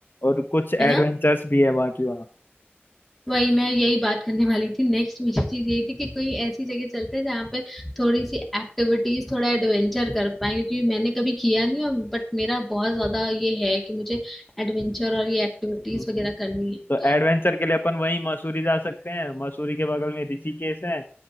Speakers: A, on the left (about 55°); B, in the centre.
A: और कुछ एडवेंचर्स
B: है ना
A: भी है बाकी वहाँ
B: वही मैं यही बात करने वाली थी नेक्स्ट मेरी चीज यही थी कि कोई ऐसी जगह चलते हैं जहाँ पे थोड़ी सी एक्टिविटीज थोड़ा एडवेंचर कर पाए क्योंकि मैंने कभी किया नहीं और बट मेरा बहुत ज्यादा ये है कि मुझे एडवेंचर और ये एक्टिविटीज
A: हम्म।
B: वगैरह
A: हम्म।
B: करनी है
A: तो
B: तो
A: एडवेंचर के लिए अपन वहीं मसूरी जा सकते हैं मसूरी के बगल में ऋषिकेश है